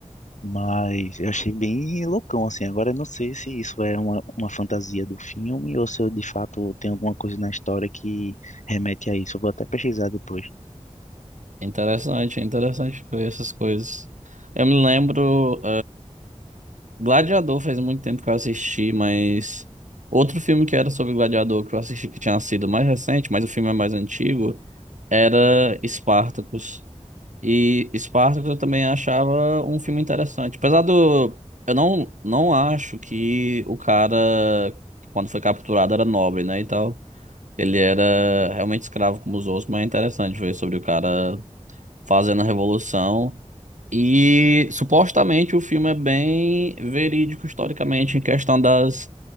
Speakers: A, on the left; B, on the right.
A: Mas eu achei bem loucão, assim. Agora eu não sei se isso é uma, uma fantasia do filme ou se eu, de fato tem alguma coisa na história que remete a isso. Eu vou até pesquisar depois.
B: Interessante, é interessante ver essas coisas. Eu me lembro. Gladiador faz muito tempo que eu assisti, mas outro filme que era sobre Gladiador que eu assisti que tinha sido mais recente, mas o filme é mais antigo, era Spartacus. E Spartacus eu também achava um filme interessante. Apesar do eu não não acho que o cara quando foi capturado era nobre, né, e tal. Ele era realmente escravo como os outros, mas é interessante ver sobre o cara fazendo a revolução. E supostamente o filme é bem verídico historicamente em questão das,